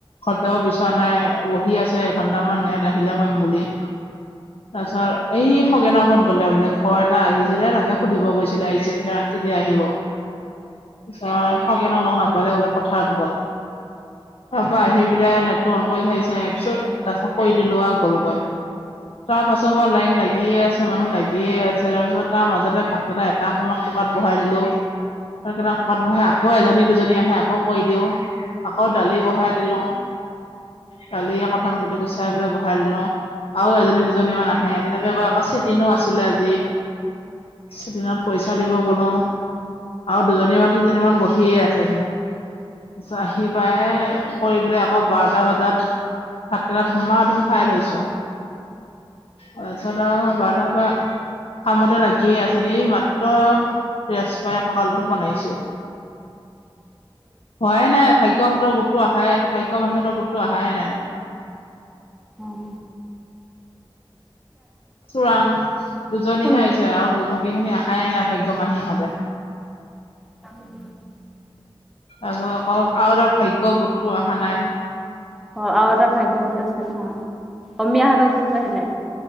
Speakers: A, on the left; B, in the centre.
A: ঘৰ যাব বিচৰা নাই, বহি আছে এঘন্টটা মান সিহ আহিলে কৰিম বুলি তাৰপিছত এই থাকে ন' ফন কৰিব গ'লে বোলে ঘৰ এটা আহিছিলে তাকে সুধিব গৈছিলে, আহিছ এতা কেতিয়া আহিব। পিছত সগেনক লগ নাপালে বোলে পথাৰত গ'ল। তাৰপা আহি বোলে নেটটো অন কৰি চাই ছে তাৰ পিছত তাৰাছত কৈ দিলোঁ আৰু গ'লগৈ তাৰ পাছৰপৰা লাইন লাগিয়ে আছে। মানুহ লাগিয়ে আছে তাৰ পিছত তাৰ মাজতে ভাতকেইটা এটা সময় কুকাৰত বহাই দিলোঁ। ভাতকেইটা ককাত ববহাই আকৌ এজনী দুজনী আহে আকৌ কৈ দিওঁ। আকৌ দালি বহাই দিলোঁ। কালি কঠাল কঠি গুচাই পেলাই বহাই দিলোঁ। আৰু এজনী দুজনী মান আহে। তেনেকে কৈ আকৌ চেটিনো আছিলে আজি, চেটিনত পইচা দিব গ'লোঁ। আৰু দুজনী বা তিনজনীমান বহিয়ে আছেহি তাৰিছত আহি পায় কৰি পলে আকৌ বাৰটা বজাত ভাতকেলাত ধুমা ধুম খাই লৈছোঁ। অছ পটা বাৰটাৰপৰা কামতে লাগিয়ে আছোঁ, এই মাত্ৰ ৰেচ এ, ককালটো বনাইছোঁ। হোৱায়েই নাই ভাগ্য ভতৰ গোতোৱা হাই ভাগ্য বাহিৰতৰ গোটতো আহাই নাই।
B: হুম।
A: চোৰাং দুজনীহে
B: কোন
A: আহিছে আৰু দুভাগ গেইখিনি আহাইে নাই ভাগ্য মাহীহঁতে।
B: <inaudible>
A: আকৌ আৰু এটা ভাগ্য গোটটো আহা নাই।
B: অ' আৰু এটা ভাগ্য গোট আছে নহয়, অসমমীয়াহঁতৰ গোটটো আছিল নাই?